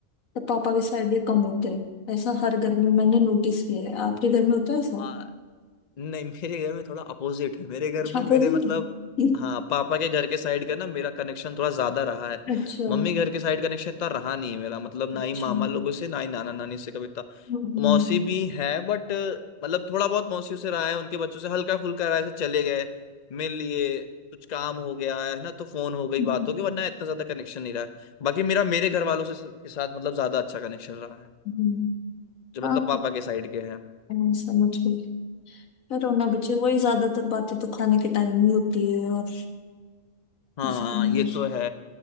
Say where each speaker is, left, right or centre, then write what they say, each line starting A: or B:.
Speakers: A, on the left; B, on the left.
A: और पापा के साइड के कम होते हैं ऐसा हर घर में मैंने नोटिस किया है आपके घर में होता है ऐसा
B: हाँ नहीं मेरे घर में थोड़ा अपोजिट है मेरे घर
A: अच्छा
B: में
A: अपोजिट
B: मेरे मतलब
A: है <laughs>
B: हाँ पापा के घर के साइड का ना मेरा कनेक्शन थोड़ा ज्यादा रहा है
A: अच्छा
B: मम्मी घर के साइड कनेक्शन इतना रहा नहीं है मेरा मतलब ना
A: अच्छा
B: ही मामा लोगों से ना ही नाना नानी से कभी इतना
A: हम्म
B: मौसी भी है बट मतलब थोड़ा बहुत मौसियों से रहा है उनके बच्चों से हल्का फुल्का रहा है ऐसे चले गए मिल लिए कुछ काम हो गया है ना तो फोन हो गई
A: हम्म
B: बात हो गई वरना इतना ज्यादा कनेक्शन नहीं रहा है बाकी मेरा मेरे घर वालों से के साथ मतलब ज्यादा अच्छा कनेक्शन रहा है
A: हम्म
B: जो मतलब
A: आप
B: पापा के साइड के हैं
A: हाँ, समझ गई पर होना बच्चे वही ज्यादातर बातें तो खाने के टाइम ही होती है और
B: हाँ
A: हम्म
B: ये तो है